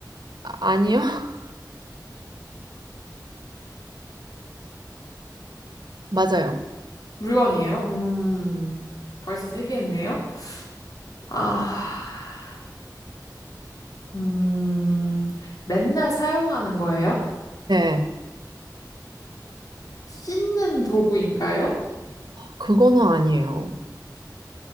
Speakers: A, on the right (about 80°); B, on the left (about 55°).
A: 아, 아니요? <laughs> 맞아요.
B: 물건인가요? 물건이에요? 음, 벌써 세 개 했네요. 아, 음, 맨날 사용하는 거예요?
A: 네.
B: 씻는 도구인가요?
A: 그거는 아니에요.